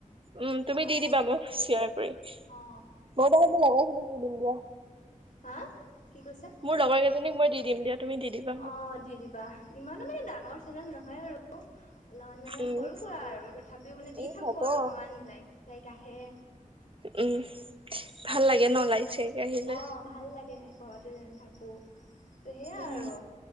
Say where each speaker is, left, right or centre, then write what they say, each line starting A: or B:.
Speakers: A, on the right (about 40°); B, on the left (about 70°).
A: উম, তুমি
B: অ',
A: দি দিবা মোক শ্বেয়াৰ
B: দিবা
A: কৰি মই
B: অ'।
A: বাৰু মোৰ লগৰখিনিক দি দিম দিয়া।
B: হা', কি কৈছা?
A: মোৰ লগৰ কেইজনীক মই দিম দিয়া, তুমি দি দিবা। মোক
B: অ', দি দিবা, ইমানো মানে ডাঙৰ চেনেল নহয় আৰু। অলপমান মানে
A: উম
B: সৰু সুৰা আৰু তথাপিও মানে দি
A: উম
B: থাকো
A: হ'ব
B: আৰু অকমান লাইক লাইক আহে।
A: উম, ভাল লাগে ন লাইক চাইক আহিলে?
B: অ', ভাল লাগে ঘৰতে যেন থাকো, ত' সেয়া
A: উম
B: আৰু।